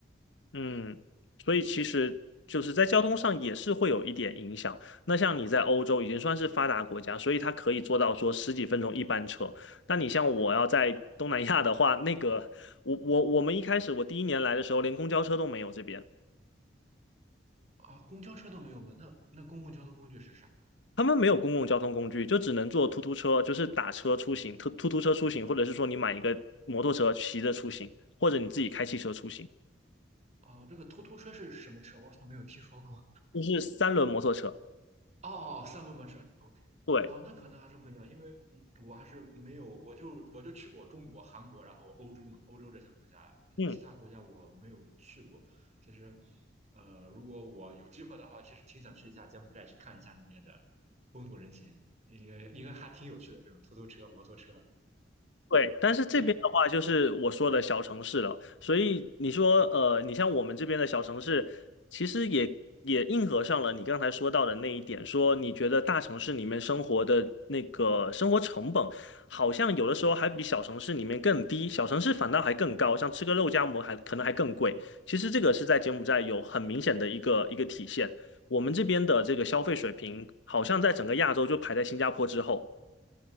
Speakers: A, on the left; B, on the right.
A: 嗯，所以其实就是在交通上也是会有一点影响。那像你在欧洲已经算是发达国家，所以它可以做到说十几分钟一班车。那你像我要在东南亚的话，那个我我我们一开始我第一年来的时候，连公交车都没有这边。
B: 啊，公交车都没有吗？那那公共交通工具是啥？
A: 他们没有公共交通工具，就只能坐突突车，就是打车出行，突突突车出行，或者是说你买一个摩托车骑着出行，或者你自己开汽车出行，
B: 哦，这个突突车是什么车？我好像没有听说过。
A: 就是三轮摩托车。
B: 哦，三轮摩托车是 OK。
A: 对，
B: 哦，那可能还是不一样，因为嗯，我还是没有，我就我就去过中国、韩国，然后欧洲嘛，欧洲这些国家，
A: 嗯。
B: 呃其他国家我没有去过。其实，呃，如果我有机会的话，其实挺想去一下柬埔寨，去看一下那边的风土人情，一个一个还挺有趣的这种突突车、摩托车。
A: 对，但是这边的话就是我说的小城市了，
B: 对，
A: 所以你说，呃，你像我们这边的小城市，其实也也应和上了你刚才说到的那一点，说你觉得大城市里面生活的那个生活成本，好像有的时候还比小城市里面更低，小城市反倒还更高，像吃个肉夹馍还可能还更贵。其实这个是在柬埔寨有很明显的一个一个体现，我们这边的这个消费水平，好像在整个亚洲就排在新加坡之后。